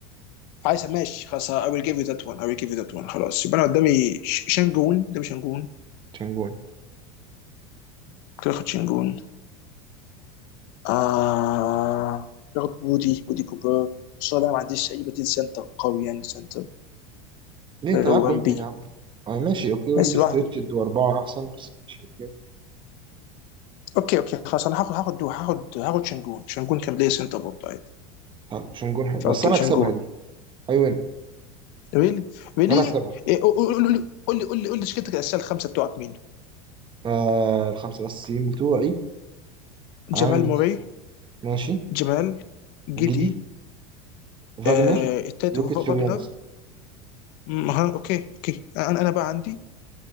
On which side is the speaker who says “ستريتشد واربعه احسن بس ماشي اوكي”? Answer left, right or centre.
Right